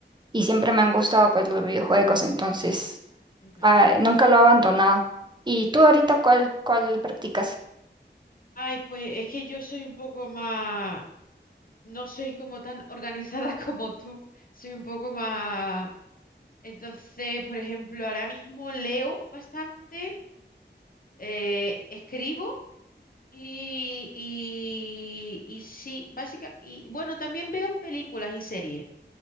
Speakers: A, on the right; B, on the left.
A: y siempre me han gustado pues los videojuegos, entonces
B: ujú.
A: ah, nunca lo he abandonado. ¿Y tú ahorita cuál, cuál practicas?
B: Ay, pues es que yo soy un poco más, no soy como tan organizada <laughs> como tú, soy un poco más... Entonces, por ejemplo, ahora mismo leo bastante, eh, escribo y, y, y sí, básicamente, y bueno, también veo películas y series,